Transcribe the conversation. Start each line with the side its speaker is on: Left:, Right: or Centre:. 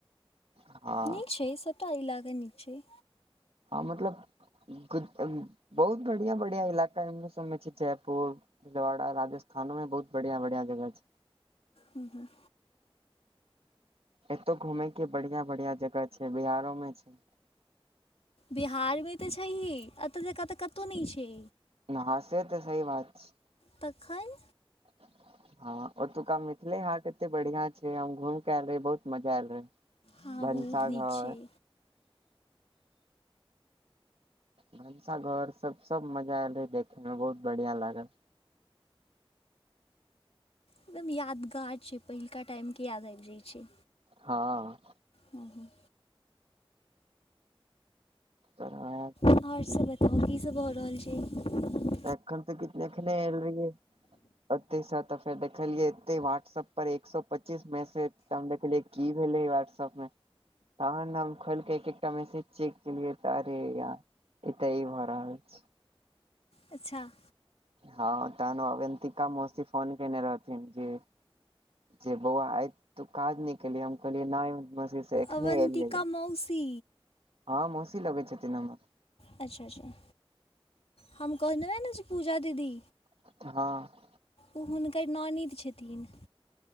Right: हँ
Left: नीक छै सभटा इलाका नीक छै
Right: हँ मतलब <unintelligible> बहुत बढ़िया बढ़िया इलाका एमहरो सबमे छै जयपुर भीलवाड़ा राजस्थानो मे बहुत बढ़िया बढ़िया जगह छै
Left: हुँ हुँ
Right: एतौ घूमेय केँ बढ़िया बढ़िया जगह छै बिहारो मे छै
Left: बिहारमे तऽ छै ही एतऽ जकाँ तऽ कतहु नय छै
Right: हँ सेे तऽ सही बात छै
Left: तखन
Right: <inaudible> हँ ओतुका मिथिले हाट एते बढ़िया छै हम घूम केँ आयल रहिये बहुत मजा आयल रहे
Left: हँ
Right: भनसा
Left: बहुत
Right: घर
Left: नीक छै
Right: भनसा घर सब - सब मजा ऐलै देखेमे बहुत बढ़िया लागल
Left: एकदम यादगार छै पहिलका टाइम केँ याद आइब जाइ छै
Right: हँ
Left: हुँ - हुँ
Right: तब अहाँक
Left: आओर सब बताउ की सब भऽ रहल छै
Right: एखन तऽ किछ नै एखने ऐल रहियै ओतेसँ तऽ फेर देखलियै एते व्हाटसऐप पर एक सौ पच्चीस मैसेज तऽ हम देखलियै की भेलै व्हाटसप मे तहन हम खोलि कऽ एक एकटा मैसेज चेक केलियै तऽ अरे यार एतऽ ई भऽ रहल छै
Left: अच्छा
Right: हँ तहन अवन्तिका मौसी फोन केने रहथिन जे जे बौआ आइ तू काज नय केलही हम कहलियै नय मौसी से एखने
Left: अवन्तिका
Right: एलियै
Left: मौसी
Right: हँ मौसी लगै छथिन हमर
Left: अच्छा अच्छा हम कहने रही जे पूजा दीदी
Right: हँ
Left: उ हुनकर ननैद छथिन